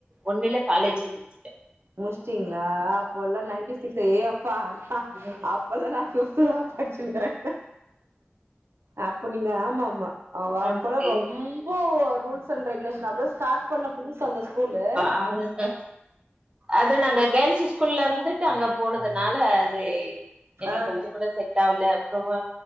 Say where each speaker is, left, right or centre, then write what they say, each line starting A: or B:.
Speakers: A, on the right; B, on the right.
A: ஒன்னுல காலேஜே முடிச்சிட்டே
B: முடிச்சிட்டிங்களா அப்போல்லா நைன்டி சிக்ஸ் ஏ அப்பா அடுத்த
A: ம்
B: அப் பல்லா நா பிஃப்த்துதா படிச்சே அப்ப நீங்க ஆமா ஆமா அவங்க
A: ம்
B: அப்பல்லா ரொம் போ ரூல்ஸ் அண்ட் ரெகுலேஷன் அப்பதா ஸ்டார்ட் பண்ண புதுசு அந்த ஸ்கூல்லு
A: அதுதா அது நாங்க கேர்ள்ஸஸ் ஸ்கூல்ல இருந்துட்டு அங்க போனதுனால அது எனக்கு
B: ஆ
A: கொஞ்ச கூட செட் ஆகல அப்புற